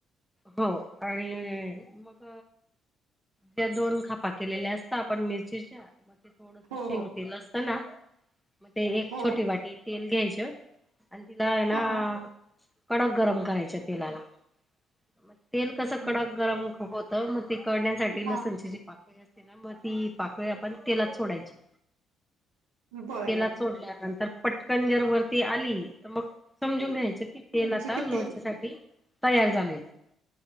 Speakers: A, in the centre; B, on the right.
A: हो आणि मग. त्या दोन खापा केलेल्या असतात आपण मिरचीच्या मग ते थोडस
B: हो,
A: शेंग तेल असत ना. मग <unintelligible> ते एक
B: हो,
A: छोटी वाटी तेल घ्यायच आणि तिला आहे ना.
B: हो, हो.
A: कडक गरम करायच तेलाला मग तेल कसं
B: हं.
A: कडक गरम होत. तर मग ते कळण्यासाठी
B: हा
A: लसणची जी पाकळी असते ना मग ती पाकळी आपण तेलात सोडायची.
B: बरं.
A: तेलात सोडल्यानंतर पटकन जर वरती आली तर मग समजून
B: म्हणजे
A: घ्यायचं कि तेल आता
B: कि
A: लोणच्यासाठी.
B: ते
A: तयार झालेलं आहे